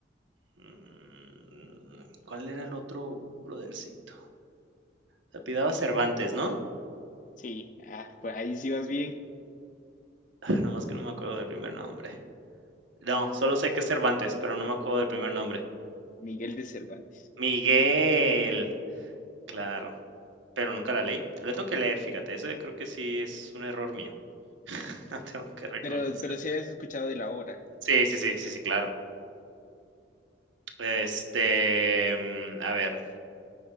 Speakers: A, on the right; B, on the left.
A: mm, ¿cuál era el otro brodercito? Se apellidaba Cervantes, ¿no?
B: Sí, ah, pues ahí sí vas bien,
A: Ah, nomás que no me acuerdo del primer nombre. No, solo sé que es Cervantes, pero no me acuerdo del primer nombre.
B: Miguel de Cervantes.
A: Miguel. Claro, pero nunca la leí. La tengo que leer, fíjate, ese creo que sí es un error mío. <laughs> Lo tengo que reconocer.
B: Pero, pero si habías escuchado de la obra,
A: Sí, sí, sí, sí, sí, claro. Este, mm, a ver,